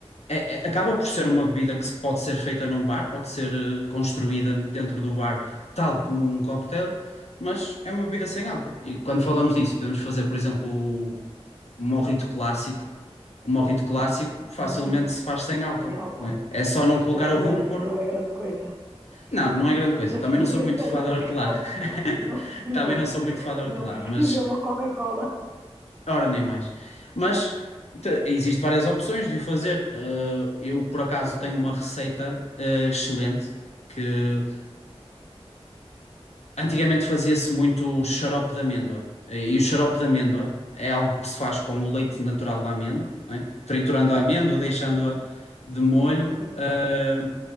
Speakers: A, on the left; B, on the right.
A: é- é- acaba
B: uhum.
A: por ser uma bebida que se pode ser feita num bar, pode ser eh, construída dentro do bar,
B: uhum.
A: tal como um cocktail, mas é uma bebida sem álcool. E quando falamos disso, podemos fazer, por exemplo, o mojito clássico. O mojito clássico facilmente
B: Uhum,
A: se faz sem álcool,
B: sem álcool.
A: não é? É só não colocar
B: Já experimentei,
A: o rum e pôr.
B: não é grande coisa.
A: Não, não
B: <laughs>
A: é grande coisa.
B: Já
A: Também
B: experimentei,
A: não sou muito fã
B: mas
A: de hortelã.
B: não, não,
A: <laughs>
B: não,
A: Também não sou muito fã de hortelã,
B: não prefiro
A: mas
B: ver uma Coca-Cola.
A: Ora, nem mais. Mas te- existe várias opções de o fazer. Eh, eu, por acaso,
B: Sim,
A: tenho uma
B: sim.
A: receita, eh, excelente que antigamente fazia-se muito xarope de amêndoa. Eh, E o xarope de amêndoa é algo que se faz com o leite natural da amêndoa, não é? Triturando a amêndoa, deixando-a
B: Uhum,
A: de molho.
B: Sim,
A: eh,